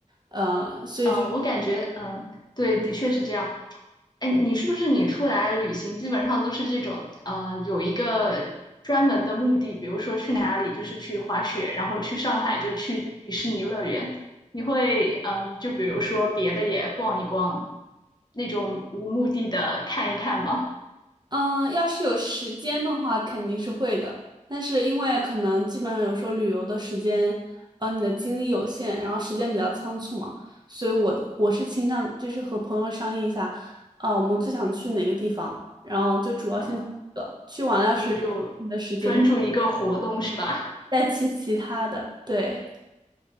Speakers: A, on the right; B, on the left.
A: 呃，所以就是
B: 嗯，我感觉嗯，对，的确是这样。哎，你是不是你出来旅行基本上都是这种呃，有一个专门的目的，比如说去哪里就是去滑雪，然后去上海就去迪士尼乐园。你会嗯，就比如说别的也逛一逛，那种无目的的看一看吗？
A: 嗯，要是有时间的话，肯定是会的。但是因为可能基本上有时候旅游的时间，呃，你的精力有限，然后时间比较仓促嘛，所以我的我是倾向就是和朋友商议一下，啊、我们最想去哪个地方，然后就主要先去这个，
B: 嗯，
A: 去完了要是有的时间
B: 我们就专注一个活动是吧？
A: 再去其他的。对，